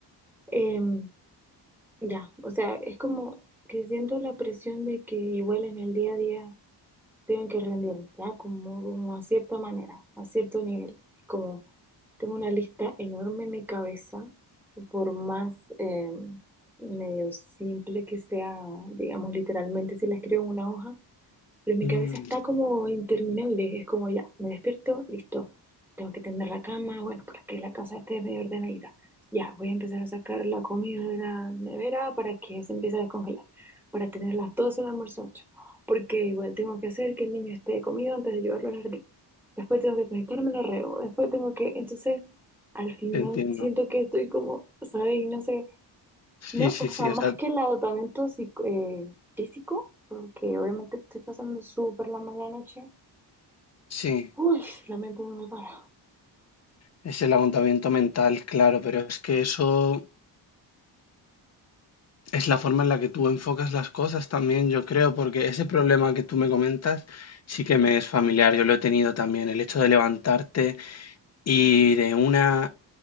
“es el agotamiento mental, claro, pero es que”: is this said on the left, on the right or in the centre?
Left